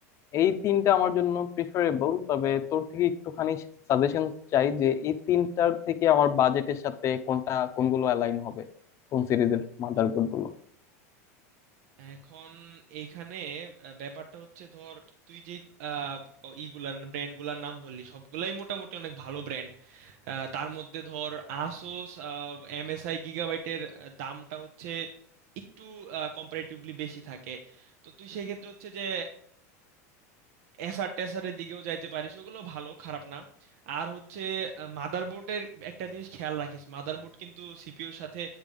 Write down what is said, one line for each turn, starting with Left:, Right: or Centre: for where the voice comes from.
Left: এই তিনটা আমার জন্য প্রিফারেবল তবে তোর থেকে একটুখানি সাজেশন চাই যে এই তিনটার থেকে আমার বাজেটের সাথে কোনটা কোনগুলো অ্যালাইন হবে কোন সিরিজের মাদারবোর্ড গুলো
Right: এখন এইখানে আহ, ব্যাপারটা হচ্ছে ধর তুই যে আহ, ইগুলার ব্র্যান্ডগুলার নাম বললি সবগুলাই মোটামুটি অনেক ভালো ব্র্যান্ড আহ, তার মধ্যে ধর আসুস এমএসআই গিগাবাইটের দামটা হচ্ছে একটু কম্পারেটিভলি বেশি থাকে তো তুই সেক্ষেত্রে হচ্ছে যে এসার টেসারের দিকেও যাইতে পারিস ওগুলো ভালো খারাপ না আর হচ্ছে মাদারবোর্ডের একটা জিনিস খেয়াল রাখিস মাদারবোর্ড কিন্তু সিপিইউর সাথে